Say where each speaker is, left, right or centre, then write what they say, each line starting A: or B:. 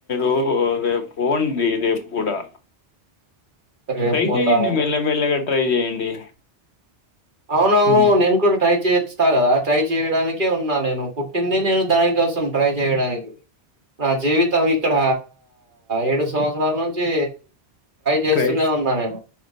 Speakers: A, on the left; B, on the right.
A: ఓహూ రేపు పోండి రేపు కుడా
B: రేపు
A: ట్రై
B: పోతా
A: చెయండి
B: అని
A: మెల్లెమెల్లగా ట్రై చేయండి
B: అవునవును
A: హ్మ్
B: నేన్ కూడా ట్రై చేయిస్తాగదా ట్రై చేయడానికే ఉన్నా నేను పుట్టింది నేను దాని కోసం ట్రై చేయడానికి నా జీవితం ఇక్కడ ఏడు సంవత్సరాల నుంచి చేస్తూనే
A: ట్రై
B: ఉన్నా నేను